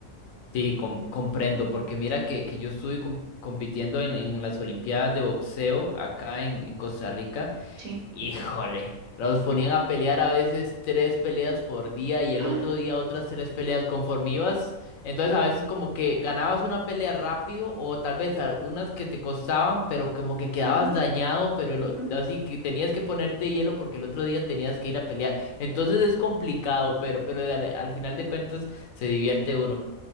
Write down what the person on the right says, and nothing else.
Sí.
<gasps> Ah,
ujú,
ujú.